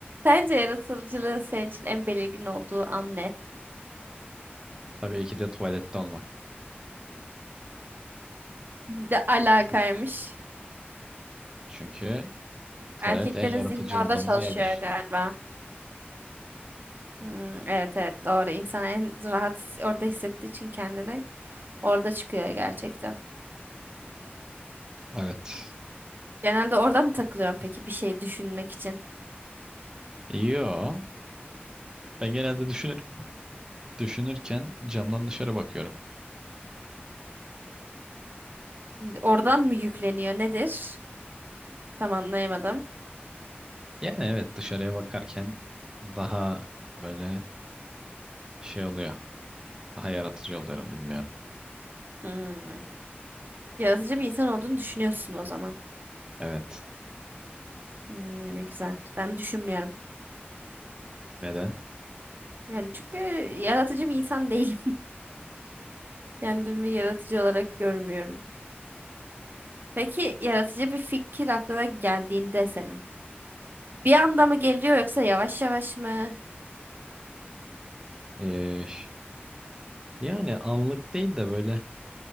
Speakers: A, on the right; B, on the right.
A: Sence yaratıcılığın senin için en belirgin olduğu an ne?
B: Tabii ki de tuvalette olmak.
A: De alakaymış.
B: Çünkü tuvalet
A: Erkeklerin
B: en yaratıcı
A: zihni orada
B: olduğumuz
A: çalışıyor
B: yerdir.
A: galiba. Hmm, evet evet doğru. İnsan en rahat orada hissettiği için kendini orada çıkıyor gerçekten.
B: Evet.
A: Genelde orada mı takılıyorsun peki bir şey düşünmek için?
B: Yo. Ben genelde düşünür, düşünürken camdan dışarı bakıyorum.
A: Oradan mı yükleniyor nedir? Tam anlayamadım.
B: Yani evet dışarıya bakarken daha böyle şey oluyor. Daha yaratıcı oluyorum bilmiyorum.
A: Hmm. Yaratıcı bir insan olduğunu düşünüyorsun o zaman.
B: Evet.
A: Hmm, ne güzel. Ben düşünmüyorum.
B: Neden?
A: Yani çünkü yaratıcı bir insan değilim. <laughs> Kendimi yaratıcı olarak görmüyorum. Peki yaratıcı bir fikir aklına geldiğinde senin. Bir anda mı geliyor yoksa yavaş yavaş mı?
B: Ee, yani anlık değil de böyle